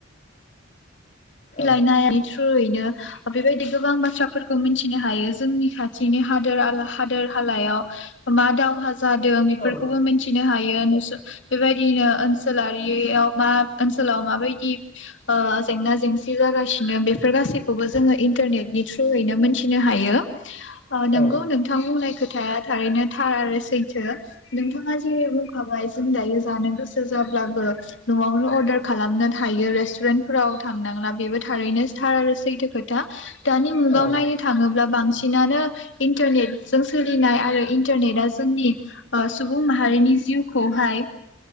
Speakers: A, on the left; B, on the left.
A: औ
B: मिलायनाय थ्रुयैनो बेबायदि गोबां बाथ्राफोरखौ मिथिनो हायो जोंनि खाथिनि हादोर आरो हादोर हालायाव मा दावहा जा जादों बेफोरखौबो
A: औ
B: मिथिनो हायो, नुसुं बेबायदिनो ओनसोलारियाव मा ओनसोलाव माबायदि ओ जेंना जेंसि सि जागासिनो बेफोर गासैखौबो जोङो इन्टारनेटनि थ्रुयैनो मोनथिनो हायो। ओ नोंगौ
A: औ
B: नोंथां बुंनाय खोथाया थारैनो थार आरो सैथो नोंथाङा जेरै बुंखाबाय जों दायो जानो गोसो जाब्लाबो न'आवनो अर्डार खालामनो थायो रेस्टुरेन्टफोराव थांनांला। बेबो थारैनो सार आरो सैथो खोथा। दानि मुगाव
A: औ
B: नायनो थाङोब्ला बांसिनानो इन्टारनेटजों सोलिनाय आरो इन्टारनेटआ जोंनि ओ सुबुं माहारिनि जिउखौहाय